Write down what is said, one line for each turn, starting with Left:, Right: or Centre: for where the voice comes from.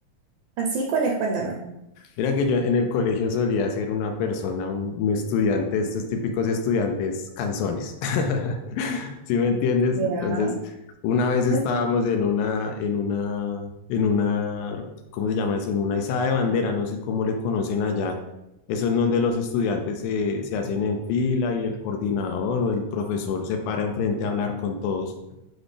Right: ¿Así cuál es? Cuéntame.
Left: Mira que yo en el colegio solía ser una persona, un, un estudiante, de estos típicos estudiantes canzones. <laughs> ¿Sí me entiendes?
Right: Ya.
Left: Entonces, una vez estábamos
Right: Cuen-
Left: en una, en una, en una, ¿cómo se llama eso? En una izada de bandera, no sé cómo le conocen allá. Eso es donde los estudiantes se, se hacen en fila y el coordinador o el profesor se para enfrente a hablar con todos.